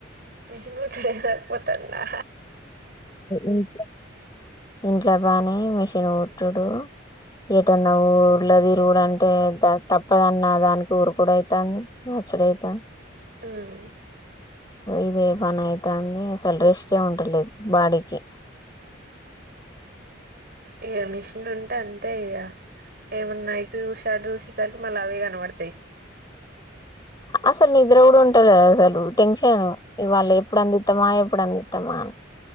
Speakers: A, on the right (about 50°); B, on the left (about 20°).
A: మీషన్ కుట్టడానికి సరిపోతన్నా
B: ఇంట్ ఇంట్ల బనేష చిచ్చిన ట్డు ఏటన్నా ఊర్ళదిరుడు అంటే తప్పదన్న దానికి ఊరు కూడా అయితుంది నచ్చడైతంది
A: మ్మ్
B: ఇద పన్ అవుతుంది సెలరీ ఇస్తే ఉంటుంది బాడికి
A: ఇగ మెషిన్ ఉంటే అంతే ఇగ ఏమన్నా ఇటుచూషీ అటుచూషీ సరికి మళ్ళ అవ్వే కనబడతాయి
B: అసలు నిద్ర కూడా ఉంటలేదసలు టెన్షను ఇవాళ ఎప్పుడు అందిఇత్తమా ఎప్పుడు అందిఇత్తమా అని